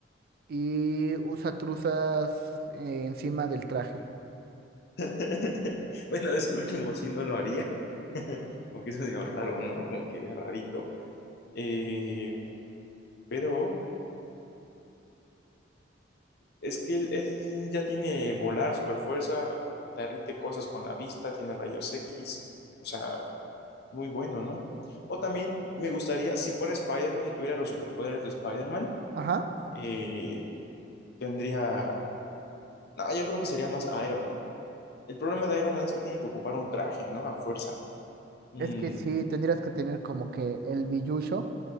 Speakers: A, on the right (about 55°); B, on the left (about 60°).
A: y usa truzas eh, encima del traje.
B: <laughs> Bueno, eso último sí no lo haría, <laughs> como que es medio raro, ¿no? Como que es rarito. Eh, pero Es que él, él ya tiene volar, super fuerza, derrite cosas con la vista, tiene rayos X, o sea, muy bueno, ¿no? O también me gustaría, si fuera Spider-Man, si tuviera los superpoderes de Spider-Man,
A: Ajá.
B: eh, tendría... No, yo creo que sería más Iron Man. El problema de Iron Man es que tiene que ocupar un traje, ¿no? A fuerza. Mm,
A: Es que sí, tendrías que tener como que el billuyo